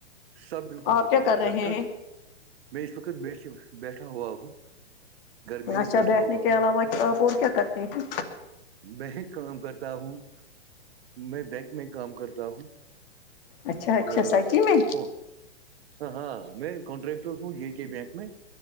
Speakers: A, on the right (about 55°); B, on the left (about 50°).
A: سب بالکل
B: آپ
A: ٹھیک
B: کیا
A: ہے
B: کر رہے
A: گھر کا
B: ہیں
A: میں اس وقت بیٹھ بیٹھا ہوا ہوں گھر میں ہی
B: اچھا
A: بیٹھا
B: بیٹھنے
A: ہوا
B: کے
A: ہوں
B: علاوہ آپ اور کیا کرتے ہیں
A: میں کام کرتا ہوں میں بینک میں کام کرتا ہوں
B: اچھا اچھا
A: ا
B: سچی میں
A: کون ہ ہاں میں کنٹریکٹر ہوں ج کے بینک میں <unintelligible>